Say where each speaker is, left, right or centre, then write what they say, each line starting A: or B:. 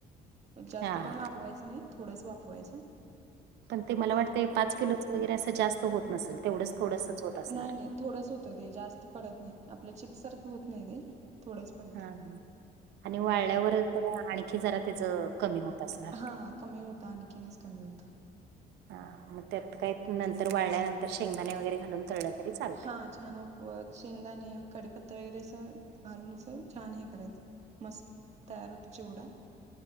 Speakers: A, on the right (about 40°); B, on the right (about 80°).
A: जास्त
B: हा
A: पण
B: हा
A: वाफवायचं नाही, थोडंच वाफवायचं.
B: पण ते मला वाटतंय
A: आणि
B: पाच किलोच वगैरे असं जास्त होत नसल, तेवढंच थोडंसच होत असणार.
A: नाही नाही थोडंच होतं ते जास्त पडत नाही, आपल्या चिप्स सारखं होत नाही ते. थोडंच पडते
B: हां, आणि वाळल्यावर
A: हा
B: तर आणखी जरा त्याचं कमी होत असणार.
A: हां, कमी होतं, आणखीनच कमी होतं.
B: हा, मग त्यात काय नंतर वाळल्यानंतर शेंगदाणे वगैरे घालून तळलं तरी चालतंय.
A: हां, छान उपव शेंगदाणे, कडीपत्ता वगैरे असं घालून, असं छान हे करायचं. मस्त तयार होतो, चिवडा.